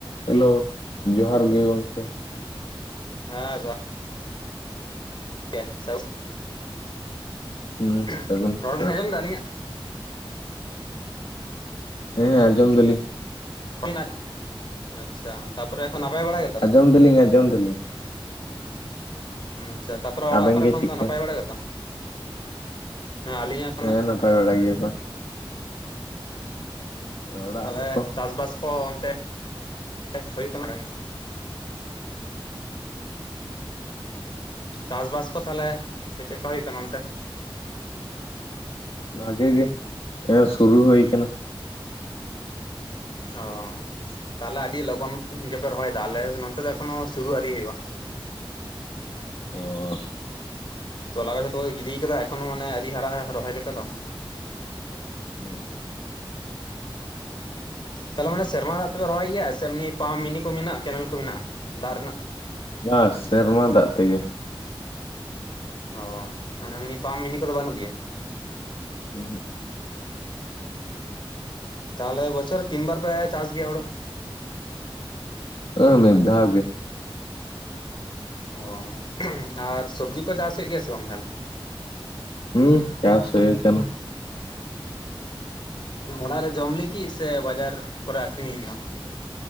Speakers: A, on the left; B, on the left.
A: Hello ᱡᱚᱦᱟᱨ ᱜᱮ ᱜᱚᱝᱠᱮ
B: ᱦᱮᱸ ᱡᱚᱦᱟᱨ <unintelligible>
A: ᱦᱩᱸ ᱥᱟᱹᱜᱩᱱ ᱥᱮᱛᱟᱜ
B: ᱨᱚᱲ ᱵᱤᱱ ᱟᱸᱡᱚᱢ ᱮᱫᱟ ᱟᱹᱞᱤᱧᱟᱜ
A: ᱦᱮᱸ ᱦᱮᱸ ᱟᱸᱡᱚᱢ ᱫᱟᱞᱤᱧ
B: <unintelligible> ᱟᱪᱪᱷᱟ ᱛᱟᱯᱚᱨᱮ ᱮᱠᱷᱚᱱ ᱱᱟᱯᱟᱭ ᱵᱟᱲᱟ ᱜᱮ
A: ᱟᱡᱚᱢ ᱫᱟᱹᱞᱤᱧ ᱟᱡᱚᱢ ᱫᱟᱹᱞᱤᱧ
B: ᱟᱪᱪᱷᱟ ᱛᱟᱯᱚᱨᱮ ᱚᱲᱟᱜ
A: ᱟᱵᱮᱱ
B: ᱠᱚᱨᱮ
A: ᱜᱮ
B: ᱠᱷᱚᱱ
A: ᱪᱮᱫᱠᱟ
B: ᱫᱚ ᱱᱟᱯᱟᱭ ᱵᱟᱲᱟ ᱜᱮᱛᱚ ᱦᱮᱸ ᱟᱹᱞᱤᱧᱟᱜ
A: ᱦᱮᱸ ᱱᱟᱯᱟᱭ ᱵᱟᱲᱟ ᱜᱮᱭᱟᱠᱚ ᱚᱲᱟᱜ
B: ᱛᱟᱦᱞᱮ
A: ᱦᱚᱲ ᱠᱚ
B: ᱪᱟᱥᱵᱟᱥ ᱠᱚ ᱚᱱᱛᱮ ᱦᱩᱭᱩᱜ ᱠᱟᱱᱟ ᱡᱟᱜᱮ ᱪᱟᱥᱵᱟᱥ ᱠᱚ ᱛᱟᱦᱚᱞᱮ ᱪᱮ ᱞᱮᱠᱟ ᱦᱩᱭᱩᱜ ᱠᱟᱱᱟ ᱚᱱᱛᱮ?
A: ᱵᱷᱟᱜᱮ ᱜᱮ ᱦᱮᱸ ᱥᱩᱨᱩ ᱦᱩᱭ ᱠᱟᱱᱟ᱾
B: ᱚᱻ ᱛᱟᱦᱚᱞᱮ ᱟᱹᱰᱤ ᱞᱚᱜᱚᱱ ᱜᱮᱯᱮ ᱨᱚᱦᱚᱭ ᱮᱫᱟ ᱟᱞᱮ ᱱᱚᱛᱮ ᱫᱚ ᱮᱠᱷᱚᱱᱚ ᱥᱩᱨᱩ ᱟᱹᱨᱤ ᱦᱩᱭᱩᱜᱼᱟ᱾
A: ᱚᱻ
B: ᱛᱚᱞᱟ ᱠᱚ ᱡᱚᱛᱚ ᱠᱚ ᱜᱤᱰᱤᱭ ᱠᱟᱫᱟ ᱮᱠᱷᱚᱱᱚ ᱢᱟᱱᱮ ᱟᱣᱨᱤ ᱦᱟᱨᱟ ᱟ ᱨᱚᱦᱚᱭ ᱞᱮᱠᱟ ᱫᱚ
A: ᱦᱩᱸ
B: ᱛᱟᱞᱦᱮ ᱢᱟᱱᱮ ᱥᱮᱨᱢᱟ ᱫᱟᱜ ᱛᱮᱯᱮ ᱨᱚᱦᱚᱭ ᱜᱮᱭᱟ ᱥᱮ ᱮᱢᱱᱤ ᱯᱟᱢᱯ ᱢᱤᱱᱤ ᱠᱚ ᱢᱮᱱᱟᱜᱼᱟ ᱠᱮᱱᱮᱞ ᱠᱚ ᱢᱮᱱᱟᱜᱼᱟ ᱫᱟᱜ ᱨᱮᱱᱟᱜ
A: ᱵᱟ ᱥᱮᱨᱢᱟ ᱫᱟᱜ ᱛᱮᱜᱮ
B: ᱚᱻ ᱢᱟᱱᱮ ᱮᱢᱱᱤ ᱯᱟᱢᱯ ᱢᱤᱱᱤ ᱠᱚᱫᱚ ᱵᱟᱹᱱᱩᱜ ᱜᱮᱭᱟ
A: <inaudible>
B: ᱛᱟᱦᱞᱮ ᱵᱚᱪᱷᱚᱨ ᱨᱮ ᱛᱤᱱ ᱵᱟᱨ ᱯᱮ ᱪᱟᱥ ᱜᱮᱭᱟ ᱦᱳᱲᱳ
A: ᱚ, ᱢᱤᱫ ᱫᱷᱟᱣ ᱜᱮ
B: ᱚ ᱟᱨ ᱥᱚᱵᱡᱤ ᱠᱚ ᱪᱟᱥ ᱦᱳᱭᱳᱜ ᱜᱮᱭᱟ ᱥᱮ ᱵᱟᱝ ᱛᱟᱦᱚᱞᱮ
A: ᱦᱩᱸ ᱪᱟᱥ ᱦᱩᱭ ᱠᱟᱱᱟ
B: ᱚᱲᱟᱜ ᱨᱮ ᱡᱚᱢ ᱞᱟᱹᱜᱤᱫ ᱥᱮ ᱵᱟᱡᱟᱨ ᱠᱚᱨᱮ ᱟᱠᱷᱨᱤᱧ ᱞᱟᱹᱜᱤᱫ ᱦᱚᱸ